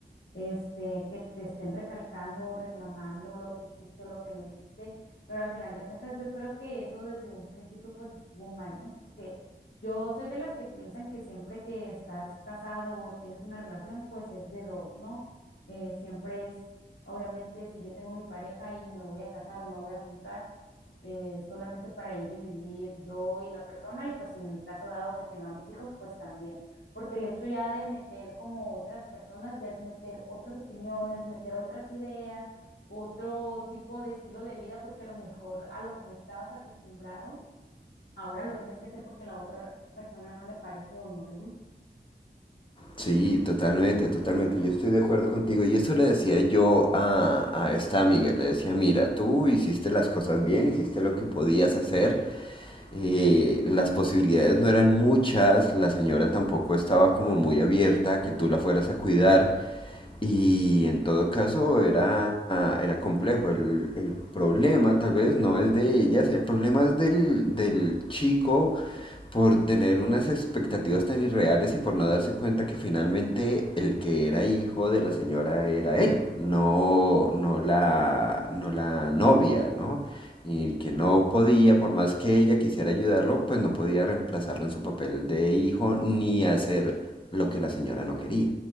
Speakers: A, on the left; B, on the left.
A: este, que te estén recalcando o reclamando lo que hiciste o lo que no hiciste, pero al final de cuentas yo creo que eso desde un principio pues estuvo mal, ¿no? Porque yo soy de las que piensan que siempre que estás casado o tienes una relación pues es de dos, ¿no? Eh, siempre es, obviamente, si yo tengo mi pareja y me voy a casar o me voy a juntar, eh, solamente para ir y vivir yo y la persona y pues en el caso dado que tengamos hijos, pues también, porque el hecho ya de meter como otras personas, ya es meter otras opiniones, meter otras ideas, otro tipo de estilo de vida, porque a lo mejor a lo que no estabas acostumbrado, ahora lo tienes que hacer porque a la otra persona no le parece o no le gusta.
B: Sí, totalmente, totalmente. Yo estoy de acuerdo contigo. Y eso le decía yo a, a esta amiga. Le decía, mira, tú hiciste las cosas bien, hiciste lo que podías hacer. eh, las posibilidades no eran muchas, la señora tampoco estaba como muy abierta a que tú la fueras a cuidar y en todo caso era, era complejo. El, el problema tal vez no es de ellas, el problema es del, del chico por tener unas expectativas tan irreales y por no darse cuenta que finalmente el que era hijo de la señora era él, no, no, la, no la novia, ¿no? Y que no podía, por más que ella quisiera ayudarlo, pues no podía reemplazarlo en su papel de hijo ni hacer lo que la señora no quería.